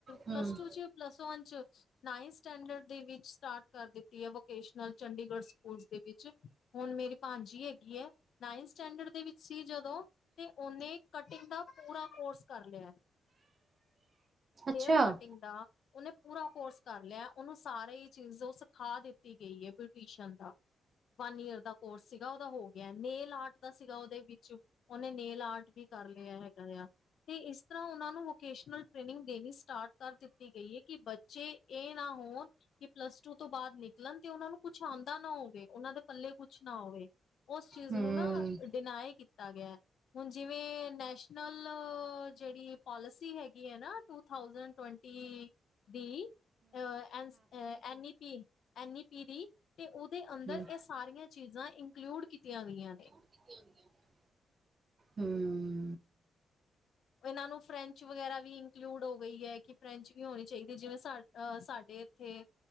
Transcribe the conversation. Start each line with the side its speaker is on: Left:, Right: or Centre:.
Right: ਹੂੰ,
Left: ਪਲੱਸ ਟੂ ਤੁਸੀਂ ਓ ਪਲੱਸ ਵਨ 'ਚ ਨਾਈਨ ਸਟੈਂਡਰਡ ਦੇ ਵਿੱਚ ਸਟਾਟ ਕਰ ਦਿੱਤੀ ਐ, ਵੋਕੇ ਵੋਕੇਸ਼ਨਲ ਚੰਡੀਗੜ੍ਹ ਸਕੂਲਸ ਦੇ ਵਿੱਚ, ਹੁਣ ਮੇਰੀ ਭਾਂਜੀ ਹੈਗੀ ਐ। ਨਾਇਨ ਸਟੈਂਡਰਡ ਦੇ ਵਿੱਚ ਸੀ ਜਦੋਂ, ਤੇ ਓਨੇ ਕਟਿੰਗ ਦਾ ਪੂਰਾ ਕੋਰਸ ਕਰ ਲਿਆ। ਹੇਅਰ
Right: ਅੱਛਾ।
Left: ਕਟਿੰਗ ਦਾ। ਓਨੇ ਪੂਰਾ ਕੋਰਸ ਕਰ ਲਿਆ, ਓਨੂੰ ਸਾਰੇ ਹੀ ਚੀਜ਼ ਓ ਸਿਖਾ ਦਿੱਤੀ ਗਈ ਏ ਬਿਊਟੀਸ਼ਨ ਦਾ। <inaudible> ਵਨ ਈਅਰ ਦਾ ਕੋਰਸ ਸੀਗਾ ਓਦਾ ਹੋ ਗਿਆ, ਨੇਲ ਆਰਟ ਦਾ ਸੀਗਾ ਓਦੇ ਵਿੱਚ, ਓਨੇ ਨੇਲ ਆਰਟ ਵੀ ਕਰ ਲਿਆ ਹੈਗਾ। ਕਰਿਆ ਤੇ ਗਸ ਤਰ੍ਹਾਂ ਓਨਾਂ ਨੂੰ ਵੋਕੇਸ਼ਨਲ ਟ੍ਰੇਨਿੰਗ ਦੇਣੀ ਸਟਾਰਟ ਕਰ ਦਿੱਤੀ ਗਈ ਐ ਕੀ ਜੇ ਏ ਨਾ ਹੋਣ ਕੀ ਪਲੱਸ ਟੂ ਤੋਂ ਬਾਅਦ ਨਿਕਲ ਨਿਕਲਣ ਤੇ ਉਨਾਂ ਨੂੰ ਕੁਛ ਆਂਦਾ ਨਾ ਹੋਵੇ ਉਨਾਂ ਦੇ ਪੱਲੇ ਕੁਛ ਨਾ ਹੋਵੇ ਉਸ ਚੀਜ਼
Right: ਹੂੰ।
Left: ਨੂੰ ਨਾ ਡਿਨਾਏ ਕੀਤਾ ਗਿਆ ਹੁਣ ਜਿਵੇਂ ਨੈਸ਼ਨਲ ਜੇੜੀ ਪੋਲਿਸੀ ਹੈਗੀ ਹੈ ਨਾ ਟੂ ਥਾਊਸੈਂਡ ਟਵੰਟੀ ਦੀ ਅ N E P N E P ਤੇ ਉਦੇ ਅੰਦਰ
Right: ਹੂੰ।
Left: ਐ ਸਾਰੀਆਂ ਚੀਜ਼ਾਂ ਇੰਕਲੂਡ ਕੀਤੀਆਂ ਗਈਆਂ ਨੇ।
Right: ਤਿਆਰੀਆਂ ਹੂੰ
Left: ਉਨਾ ਨੂੰ ਫਰੈਂਚ ਵਗੈਰਾ ਵੀ ਇੰਕਲੂਡ ਹੋ ਗਈ ਏ ਕਿ ਫਰੈਂਚ ਵੀ ਹੋਣੀ ਚਾਈਦੀ ਏ ਜਿਵੇਂ ਸਾ ਸਾਡੇ ਠੀਕ